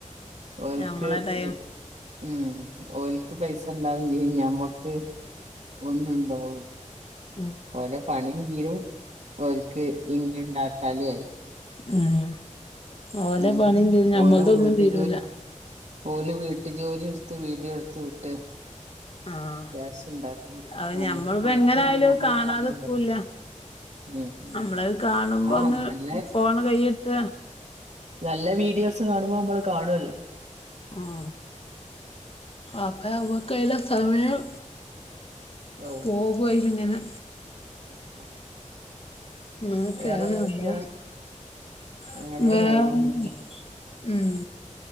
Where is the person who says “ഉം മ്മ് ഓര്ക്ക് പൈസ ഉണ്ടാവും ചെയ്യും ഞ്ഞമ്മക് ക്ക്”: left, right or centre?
Right